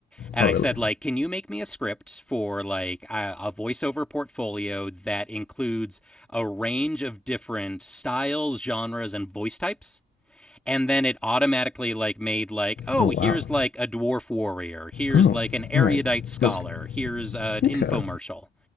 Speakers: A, in the centre; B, on the left.
A: and
B: oh
A: I
B: really?
A: said, like, can you make me a script for like a, a voiceover portfolio that includes a range of different styles, genres, and voice types? And then it automatically like made like, oh,
B: Oh wow.
A: here's like a dwarf warrior, here's
B: Oh,
A: like an erudite
B: all right.
A: scholar,
B: Let's.
A: here's uh, an
B: Okay.
A: infomercial.